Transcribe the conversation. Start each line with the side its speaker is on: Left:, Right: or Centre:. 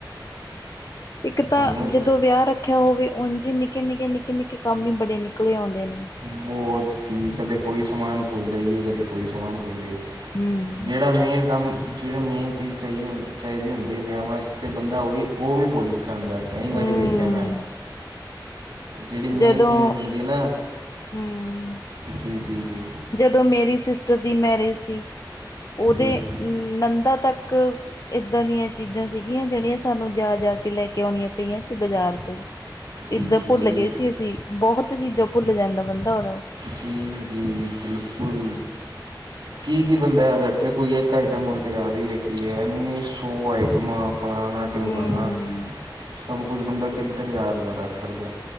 Left: ਇੱਕ ਤਾਂ
Right: ਤੁਹਾਨੂੰ
Left: ਜਦੋਂ ਵਿਆਹ ਰੱਖੇਆ ਹੋਵੇ ਓਝ ਈ ਨਿੱਕੇ- ਨਿੱਕੇ- ਨਿੱਕੇ- ਨਿੱਕੇ ਕੰਮ ਈ ਬੜੇ ਨਿਕਲੇ ਆਓਂਦੇ ਨੇ।
Right: ਬੋਤ, ਜੀ ਕਦੇ ਕੋਈ ਸਮਾਨ ਭੁੱਲ ਜਾਈਏ ਕਦੇ ਕੋਈ ਸਮਾਨ ਭੁੱਲ ਜਾਈਏ।
Left: ਹੂੰ
Right: ਜੇੜਾ ਮੇਨ ਕੰਮ ਜੇੜਾ ਮੇਨ ਚੀਜ਼ ਚਾਈ ਚਾਈਦੀ ਹੁੰਦੀ ਵਿਆਹਵਾਂ ਚ ਤੇ ਬੰਦਾ ਓਹੀ ਓਹ ਵੀ ਭੁੱਲ ਜਾਂਦਾ, ਕਈ ਵਾਰੀ
Left: ਹੂੰ
Right: ਵੇਖੇਆ ਮੈਂ- ਜੇੜੀ ਮੇਨ
Left: ਜਦੋਂ
Right: ਚੀਂਜ਼ ਹੁੰਦੀ ਨਾ,
Left: ਹੂੰ
Right: ਜੀ- ਜੀ- ਜੀ
Left: ਜਦੋਂ ਮੇਰੀ ਸਿਸਟਰ ਦੀ ਮੈਰਿਜ ਸੀ ਓਦੇ
Right: ਜੀ
Left: ਨੰਦਾ ਤੱਕ ਏਦਾਂ ਦੀਆਂ ਚੀਜ਼ਾਂ ਸੀਗੀਆਂ ਜੇੜੀਆਂ ਸਾਨੂੰ ਜਾ- ਜਾ ਕੇ ਲੈ ਕੇ ਲਿਓਣੀਆਂ ਪਈਆਂ ਸੀ ਬਾਜ਼ਾਰ ਚੋਂ,
Right: ਜੀ
Left: ਏਦਾ ਭੁੱਲ
Right: ਜੀ
Left: ਗਏ ਸੀ ਅਸੀਂ। ਬੋਹਤ ਚੀਜ਼ਾਂ ਭੁੱਲ ਜਾਂਦਾ ਬੰਦਾ ਓਦੋਂ।
Right: ਜੀ -ਜੀ ਬਿਲਕੁਲ। ਕੀ -ਕੀ ਬੰਦਾ ਯਾਦ ਰੱਖੇ, ਕੋਈ ਇੱਕ ਆਈਟਮ ਹੋਏ ਤੇ ਯਾਦ ਵੀ ਰੱਖੇ, ਏਨੀ ਸੌ ਆਈਟਮਾਂ ਫਲਾਨਾ ਟਿਮਕਾਣਾ,
Left: ਹੂੰ
Right: ਸਭ ਕੁਝ ਬੰਦਾ ਕਿੱਧਰ ਯਾਦ ਦਾ ਰੱਖ ਸਕਦਾ।